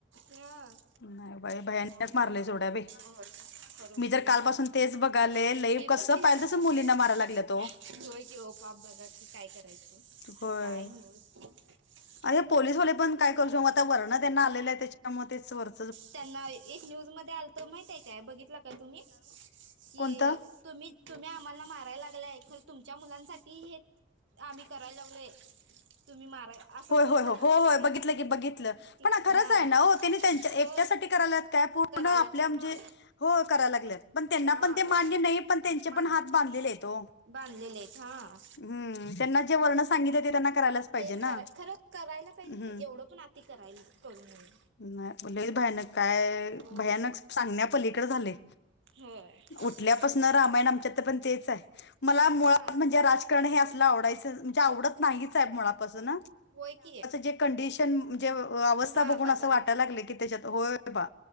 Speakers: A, on the right (about 65°); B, on the left (about 60°).
A: ह
B: नाही बाई भयानक
A: आले
B: मारलंय
A: कस
B: सोडा बाई.
A: बरं <unintelligible> करू
B: मी
A: मुलींना
B: तर कालपासून
A: पण खूप
B: तेच
A: मन
B: बघाले लई
A: मी
B: कसं
A: पण तिचं
B: पाहिल तसं मुलींना मारायला लागल्यात ओ.
A: <unintelligible> हो की हो पाप बघा की काय करायचं
B: होय.
A: काय नव <unintelligible>
B: अरे पोलीसवाले पण काय करू आता वर्ण त्यांना आलेलं आहे त्याच्यामध्येच <unintelligible>
A: त्यांना एक न्यूज मध्ये आलत माहित आहे काय, बघितलं काय तुम्ही. कि
B: कोणतं
A: तुम्ही -तुम्ही आम्हाला मारायला लागलाय खर तुमच्या मुलांसाठी हे आम्ही करायला लागलोय तुम्ही मारा असं
B: होय
A: म्हणत
B: होय हो
A: होतीत
B: हो
A: माहितीय
B: होय
A: काय
B: बघितलं की बघितलं पण
A: का
B: खरंच
A: हा
B: आहे ना त्यांनी त्यां एकट्या
A: हो
B: साठी करायला काय पूर्ण
A: करायलात
B: आपल्या
A: का
B: म्हणजे,
A: हा
B: हो करा लागल्यात पण त्यांना
A: हा
B: पण ते मान्य नही. पण त्यांचे
A: मान
B: पण हात बांधलेले येत हो.
A: बांधलेले आहेत हा
B: हूं त्यांना जे वरण सांगितल ते त्यांना करायलाच पाहिजे
A: तेच
B: ना
A: कराय, खरं करायला पाहिजे,
B: हम्म
A: एवढं पण आती करायला करू नये.
B: नाही लय भयानक, काय
A: होय
B: भयानक
A: बघ
B: सांगण्या पलीकडे झालय.
A: <unintelligible>
B: उठल्यापासन
A: काय
B: रामायण आमच्या इत पण तेच आहे, मला मुळात
A: हा
B: म्हण जे राजकारण हे असल आवडायच म्हणजे आवडत नाहीचं आहे मुळापासुन.
A: होय की
B: जे कंडीशन. जे अ अवस्था
A: हा
B: बघून
A: बघायला
B: असं वाटायला लागलय की, त्याच्यात होय बा